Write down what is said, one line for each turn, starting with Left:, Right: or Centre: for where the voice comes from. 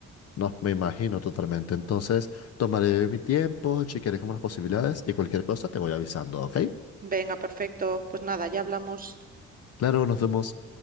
Left: no, me imagino totalmente. Entonces, tomaré mi tiempo, chequearé como las posibilidades y cualquier cosa te voy avisando, ¿ok?
Right: Venga, perfecto. Pues nada, ya hablamos.
Left: Claro, nos vemos.